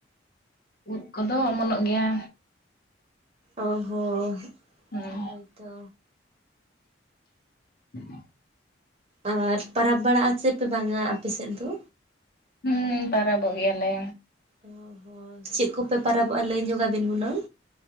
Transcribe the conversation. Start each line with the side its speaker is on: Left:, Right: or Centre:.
Left: ᱩᱫ ᱠᱚᱫᱚ ᱚᱢᱚᱱᱚᱜ ᱜᱮᱭᱟ᱾
Right: ᱚ ᱦᱚᱸ
Left: ᱦᱮᱸ
Right: ᱦᱳᱭᱛᱚ᱾
Left: <inaudible>
Right: ᱟᱨ ᱯᱟᱨᱟᱵᱽ ᱵᱟᱲᱟᱜᱼᱟ ᱪᱮ ᱯᱮ ᱵᱟᱝᱟ ᱟᱯᱮ ᱥᱮᱫ ᱫᱚ?
Left: ᱦᱩᱸ ᱯᱟᱨᱟᱵᱚᱜ ᱜᱮᱭᱟᱞᱮ᱾
Right: ᱚ ᱦᱚᱸ ᱪᱮᱫ ᱠᱚᱯᱮ ᱯᱟᱨᱟᱵᱚᱜᱼᱟ ᱞᱟᱹᱭ ᱧᱚᱜᱟᱵᱤᱱ ᱦᱩᱱᱟᱹᱝ?